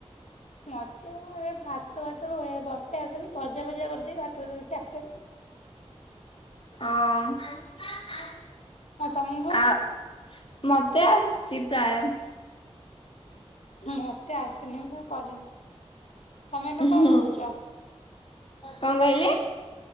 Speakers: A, on the left; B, on the left.
A: ମତେ କଣ ଭାତ ଫାତ ବସେଇ ଆସିନି ଭଜା ଭଜା କରିଦେବି ଭାତ ଫାତ କିଛି ଆସେନି।
B: ହଁ।
A: ଆଁ ତମ୍ ଗୁ?
B: ଆଉ ମତେ ଆସିଚ ପ୍ରାୟ।
A: ମତେ ଆସିନି ମୁଁ କେବେ କରିନି ତମେ ଏବେ
B: ହୁଁ।
A: କଣ ପଢୁଚ?
B: କଣ କହିଲେ?